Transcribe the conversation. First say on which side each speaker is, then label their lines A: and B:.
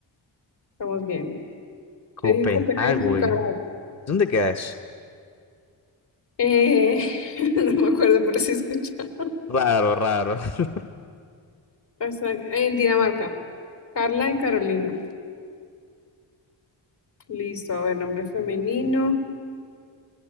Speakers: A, on the left (about 65°); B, on the left (about 35°).
A: Estamos bien.
B: Copenhague.
A: Yo dije Copenhague en su cara.
B: ¿Dónde queda eso?
A: Eh, <laughs> no me acuerdo, pero sí escuchaba.
B: Raro, raro. <laughs>
A: Hasta- En Dinamarca. Carla y Carolina. Listo, a ver, nombre femenino.